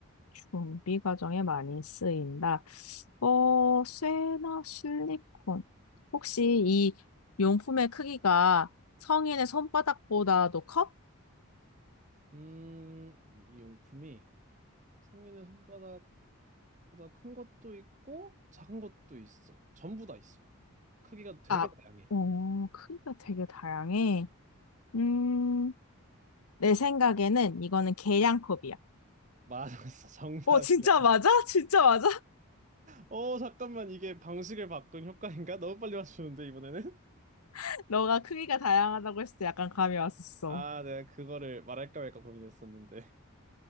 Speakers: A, on the left; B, on the right.
A: 준비 과정에 많이 쓰인다. 어, 쇠나 실리콘. 혹시 이 용품의 크기가 성인의 손바닥보다도 커?
B: 음, 이 용품이 성인의 손바닥보다 큰 것도 있고, 작은 것도 있어. 전부 다 있어. 크기가 되게
A: 아,
B: 다양해.
A: 어, 크기가 되게 다양해. 음, 내 생각에는 이거는 계량컵이야.
B: 맞았어, <laughs> 정답이야.
A: 어, 진짜 맞아? <laughs> 진짜 맞아?
B: 어, 잠깐만, 이게 방식을 바꾼 효과인가? 너무 빨리 맞추는데, 이번에는?
A: <laughs> 너가 크기가 다양하다고 했을 때 약간 감이 왔었어.
B: 아, 내가 그거를 말할까 말까 고민했었는데.